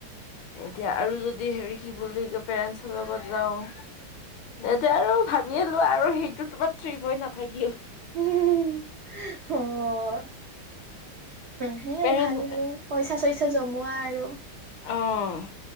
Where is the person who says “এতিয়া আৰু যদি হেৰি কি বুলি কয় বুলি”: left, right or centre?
Left